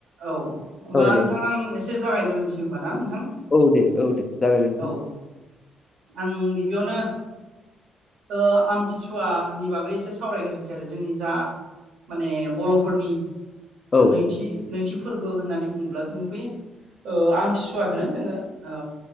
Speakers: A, on the right; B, on the left.
A: औ होमबा
B: सावरायजायो
A: नोंथां आं एसे जागायग्रोनोसै होनबा ना नों थां।
B: औ दे औ दे जाबाय दे नोंथां
A: औ आं गिबियावनो ओ आमथिसुवानि बागै एसे सावरायग्रोनोसै आरो जोंनि जा माने बर'फोरनि
B: औ
A: नैथि नैथि फोरबो होननानै बुङोब्ला जोङो बे ओ आमथिसुवाखौनो जोङो ओ